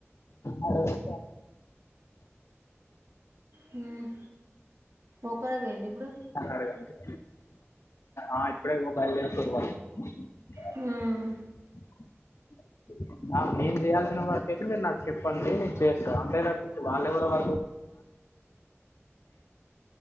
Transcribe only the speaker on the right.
హ్మ్ ఒక్కరే పోయండ ఇప్పుడు
హ్మ్